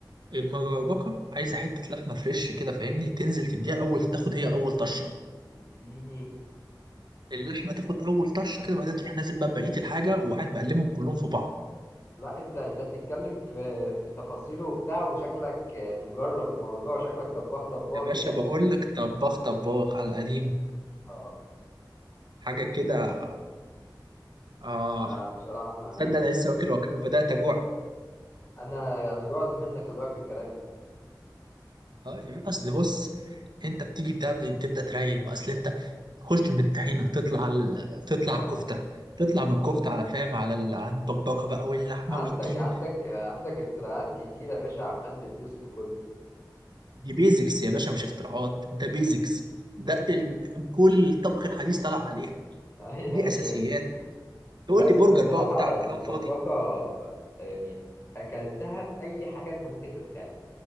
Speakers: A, on the right; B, on the left.
A: المبكبكه عايزه حته لحمه فريش كده فاهمني تنزل تديها اول تاخد هي اول طشه
B: اديني
A: اللحمه تاخد اول طشه كده بعدين تروح نازل بقى بقيه الحاجه وقاعد مقلبهم كلهم في بعض
B: لا أنت أنت بتتكلم في في تفاصيله وبتاع وشكلك مجرب الموضوع وشكلك طباخ طباخ
A: يا باشا
B: يعني
A: بقول لك طباخ طباخ على قديم
B: اه
A: حاجه كده اه
B: أنا بصراحة أنا
A: تصدق انا لسه واكل وك- وبدات اجوع
B: أنا أنا جوعت منك خلي بالك في الكلام
A: اه يبقى اصل بص انت بتيجي بتعمل- بتبدا تريل بقى اصل انت تخش من الطحينه تطلع على ال... تطلع
B: اه
A: على الكفته تطلع من الكفته على فاهم على ال... على البقبقه بقى واللحمه
B: عندك
A: والديني
B: عندك عندك اختراعات كتيرة يا باشا عمال بتدوس في كله
A: دي بيزكس يا باشا مش اختراعات ده بيزكس ده
B: بيزكس
A: ال...
B: <laughs>
A: كل الطبخ الحديث طلع عليها
B: ايوه
A: دي
B: ايوه
A: اساسيات
B: أيوة. لا
A: تقول لي
B: بس
A: برجر
B: انا بصراحه
A: بقى وبتاع وكلام
B: المبكبكه
A: فاضي
B: آه، يعني اكلتها باي حاجه انت ممكن تتخيلها